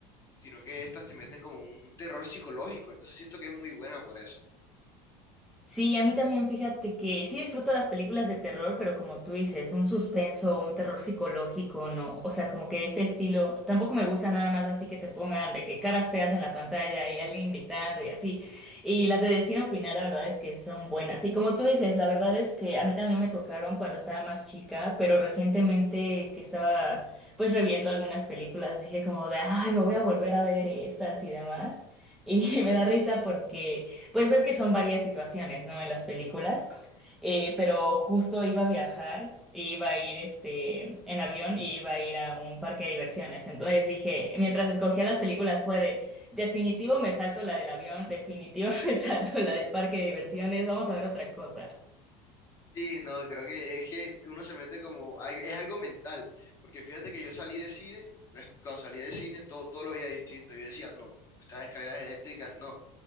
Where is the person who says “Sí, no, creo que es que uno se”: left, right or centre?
Left